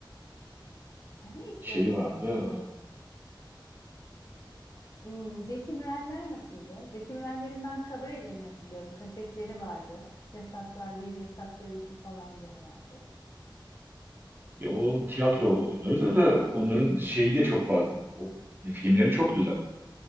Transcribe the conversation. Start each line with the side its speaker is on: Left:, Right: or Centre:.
Left: Ay neyse
Right: Şey vardı. O,
Left: hmm, Zeki Mürenler nasıldı? Zeki Mürenlerin ben kabarelerini hatırlıyorum. Kasetleri vardı. Yasaklar bir, Yasaklar 2 falandı herhalde.
Right: ya onun tiyatro oyunları da, da onların şeyi de çok fazla. O, filmleri çok güzel.